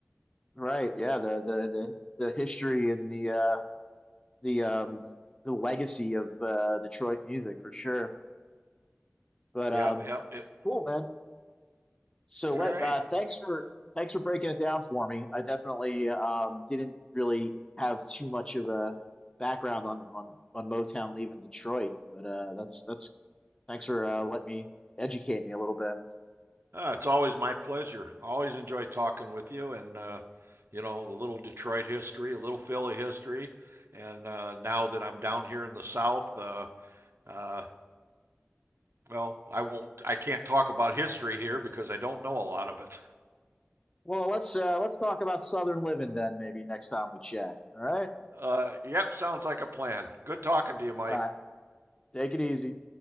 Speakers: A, on the left (about 20°); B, on the right (about 75°).
A: Right? Yeah. The the the the history and the uh, the um the legacy of uh, Detroit music for sure. But
B: Yeah,
A: um,
B: yeah. It,
A: cool, man. So
B: all
A: let
B: right.
A: uh, thanks for thanks for breaking it down for me. I definitely um didn't really have too much of a background on on on Motown leaving Detroit, but uh, that's that's thanks for uh, letting me educate me a little bit.
B: Uh, it's always my pleasure. Always enjoy talking with you and uh, you know, a little Detroit history, a little Philly history. And uh, now that I'm down here in the South, uh, uh, well, I won't, I can't talk about history here because I don't know a lot of it.
A: Well, let's uh, let's talk about Southern living then maybe next time we chat. All right.
B: Uh, yep, sounds like a plan. Good talking to you, Mike.
A: All right. Take it easy.